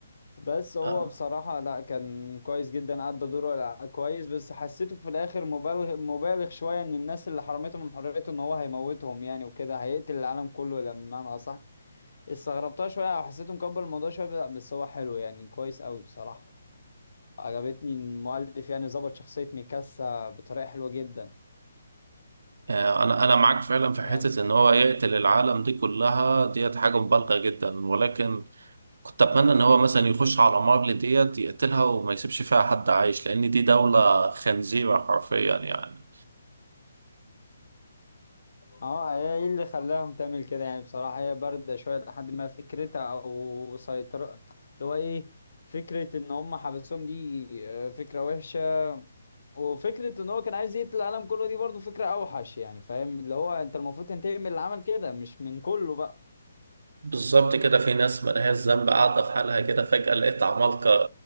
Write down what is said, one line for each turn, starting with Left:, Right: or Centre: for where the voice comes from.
Left: بس هو
Right: آه،
Left: بصراحة لا كان كويس جدا أدى دوره الع- كويس بس حسيته في الآخر مبالغ مبالغ شوية إن الناس اللي حرمته من حريته إن هو هيموتهم يعني وكده هيقتل العالم كله لما بمعنى أصح استغربتها شوية وحسيته مكبر الموضوع شوية بس هو حلو يعني كويس أوي بصراحة عجبتني إن المؤلف يعني ظبط شخصية ميكاسا بطريقة حلوة جدا
Right: آه، انا انا معاك فعلا في
Left: يعني
Right: حته ان هو يقتل العالم دي كلها ديت حاجه مبالغه جدا ولكن كنت اتمنى ان هو مثلا يخش على مارل ديت يقتلها وما يسيبش فيها حد عايش لان دي دوله خنزيره حرفيا يعني
Left: اه هي ايه اللي خلاهم تعمل كده يعني بصراحة هي باردة شوية لحد ما فكرتها او سيطرة اللي هو ايه فكرة ان هم حبسوهم دي آه، فكرة وحشة وفكرة ان هو كان عايز يقتل العالم كله دي برضو فكرة اوحش يعني فاهم اللي هو انت المفروض تنتقم من اللي عمل كده مش من كله بقى
Right: بالظبط كده في ناس ملهاش ذنب قاعدة في حالها كده فجأة لقيت عمالقة